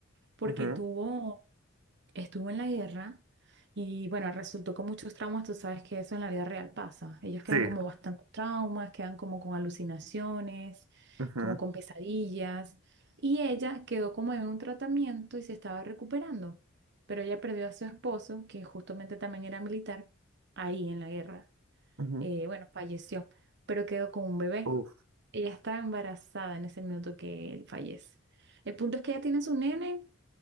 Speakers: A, on the right (about 55°); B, on the right (about 85°).
A: porque
B: Ujú,
A: tuvo estuvo en la guerra y bueno, resultó con muchos traumas, tú sabes que eso en la vida real pasa. Ellos quedan
B: Sí.
A: como bastante traumas, quedan como con alucinaciones,
B: Ujú,
A: como con pesadillas y ella quedó como en un tratamiento y se estaba recuperando, pero ella perdió a su esposo, que justamente también era militar, ahí en la guerra.
B: ujú.
A: Eh, bueno, falleció, pero quedó con un bebé.
B: Uf.
A: Ella estaba embarazada en ese minuto que él fallece. El punto es que ella tiene su nene